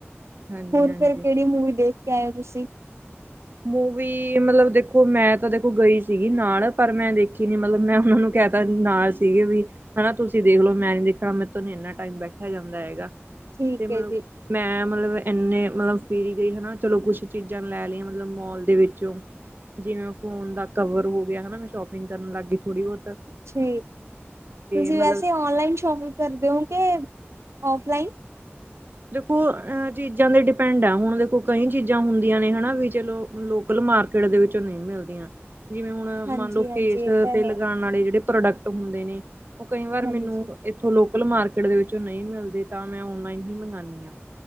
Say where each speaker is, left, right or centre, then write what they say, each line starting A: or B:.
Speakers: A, on the right; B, on the right.
A: ਹਾਂਜੀ,
B: ਹੋਰ
A: ਹਾਂਜੀ।
B: <unintelligible> ਮੂਵੀ ਦੇ <unintelligible> ਏ ਤੁਸੀਂ
A: ਮੂਵੀ ਮਤਲਬ ਦੇਖੋ, ਮੈਂ ਤਾਂ ਦੇਖੋ ਗਈ ਸੀਗੀ ਨਾਲ, ਪਰ ਮੈਂ ਦੇਖੀ ਨੀਂ ਮਤਲਬ ਮੈਂ ਉਹਨਾਂ ਨੂੰ ਕਹਿ ਤ <unintelligible> ਨਾਲ ਸੀਗੇ ਵੀ ਹਨਾ ਤੁਸੀਂ ਦੇਖਲੋ ਮੈਂ ਨੀ ਦੇਖਣਾ ਮੈਂਤੋਂ ਨੀ ਇੰਨਾ ਟਾਈਮ ਬੈਠਾ ਜਾਂਦਾ ਹੈਗਾ।
B: ਠੀਕ
A: ਤੇ ਮਤਲਬ
B: ਹੈ ਜੀ,
A: ਮੈਂ ਮਤਲਬ ਐਨੇ ਮਤਲਬ ਫੀਰੀ ਗਈ ਹਨਾਂ ਚਲੋ ਕੁੱਛ ਚੀਜ਼ਾਂ ਲੈ ਲੀਆਂ। ਮਤਲਬ ਮੋਲ ਦੇ ਵਿੱਚੋਂ ਜਿਵੇਂ ਫੋਨ ਦਾ ਕਵਰ ਹੋ ਗਿਆ ਹਨਾਂ, ਮੈਂ ਸ਼ੋਪਿੰਗ ਕਰਨ ਲਾਗੀ ਥੋੜੀ ਬੋ
B: ਅੱਛਾ ਜੀ। ਤੁਸੀਂ
A: ਮਤਲਬ
B: ਵੈਸੇ ਔਨਲਾਈਨ ਸ਼ੋਪਿੰਗ ਕਰਦੇਔਂ ਕੇ ਔਫਲਾਈਨ।
A: ਦੇਖੋ ਅ ਚੀਜ਼ਾਂ ਤੇ ਡਿਪੈਂਡ ਆ, ਹੁਣ ਦੇਖੋ ਕਈ ਚੀਜ਼ਾਂ ਹੁੰਦੀਆਂ ਨੇ ਹਨਾਂ ਵੀ ਚਲੋ ਲੋਕਲ ਮਾਰਕੀਟ ਦੇ ਵਿੱਚ ਨਈਂ ਮਿਲਦੀਆਂ। ਜਿਵੇਂ ਹੁਣ
B: ਹਾਂਜੀ-ਹਾਂਜੀ
A: ਮੰਨ ਲਓ ਫੇਸ
B: ਇਹ ਤਾਂ
A: ਤੇ
B: ਹੈ,
A: ਲਗਾਣ ਵਾਲੇ ਜਿਹੜੇ ਪ੍ਰੋਡਕਟ ਹੁੰਦੇ ਨੇਂ। ਉਹ ਕਈ ਵਾਰ
B: ਹਾਂਜੀ
A: ਮੈਨੂੰ ਇਥੋਂ ਲੋਕਲ ਮਾਰਕੀਟ ਦੇ ਵਿੱਚੋਂ ਨਈਂ ਮਿਲਦੇ ਤਾਂ ਮੈਂ ਓਨਲਾਈਨ ਹੀ ਮੰਗਆਣੀ ਆਂ।